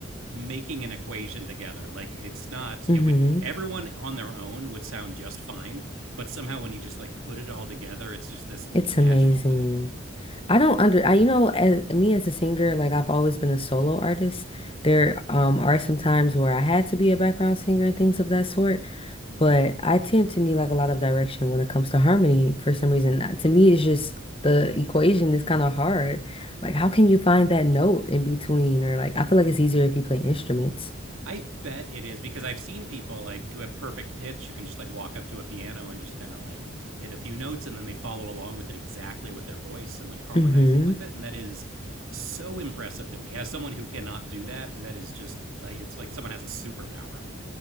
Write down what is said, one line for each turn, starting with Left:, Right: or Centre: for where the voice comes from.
Right: making an equation together like it's not
Left: hmm
Right: it would everyone on their own would sound just fine but somehow when you just like put it all together it's just this magical
Left: It's amazing.
Right: thing
Left: I don't under I you know as me as a singer like I've always been a solo artist. There um are some times where I had to be a background singer and things of that sort, but I tend to need like a lot of direction when it comes to harmony for some reason. Uh, To me, it's just the equation is kind of hard. Like how can you find that note in between or like I feel like it's easier if you play instruments.
Right: I bet it is because I've seen people like who have perfect pitch who can just like walk up to a piano and just kind of like hit a few notes and then they follow along with it exactly with their voice and like harmonizing
Left: Mm-hmm.
Right: with it and that is so impressive to me as someone who cannot do that that is just like it's like someone has a superpower